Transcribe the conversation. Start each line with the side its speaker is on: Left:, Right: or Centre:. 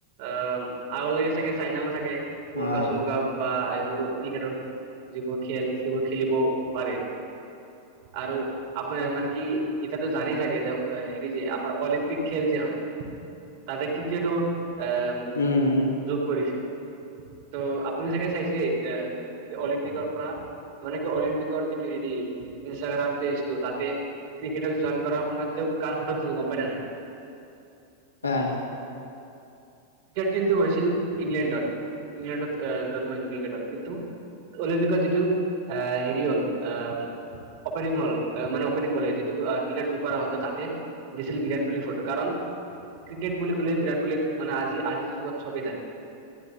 Right: আহ, আগলে চাগে চাইনাও চাগে ৱৰ্ল্ডকাপ
Left: অ
Right: চল্কাকাপ বা এইবোৰো ক্ৰিকেটৰ যিবোৰ খেল সেইবোৰ খেলিবও পাৰে। আৰু আপোনাৰ মানে কি এতিয়াটো জানেই চাগে যে অ হেৰি যে আমাৰ অলিম্পিক খেল যে হয়, তাতে ক্ৰিকেটো এ
Left: উম উম
Right: যোগ কৰিছে, ত' আপুনি চাগে চাইছে এতিয়া
Left: অ
Right: অলিম্পিকৰ পৰা মানে কি অলিম্পিকৰ যিটো হেৰি ইনষ্টাগ্ৰাম পেজটো তাতে ক্ৰিকেটক জইন কৰাৰ সময়ত তেওঁ কাৰ ফটোত দিছিল গম পাই নে নাই
Left: কাৰ
Right: ক্ৰিকেট কিন্তু হৈছিল ইংলেণ্ডত, ইংলেণ্ডত এ জন্ম হৈছিল ক্ৰিকেটতৰ কিন্তু অলিম্পিকৰ যিটো এ, হেৰি হ'ল এহ অপেনিং হ'ল, মানে অপেনিং কৰিলে যিটো ক্ৰিকেট যোগ কৰা হল তাতে দিছিল বিৰাট কোহলিৰ ফটো, কাৰণ ক্ৰিকেট বুলি কলে বিৰাট কোহলিক মানে আজি আজিৰ যুগত চবেই জানে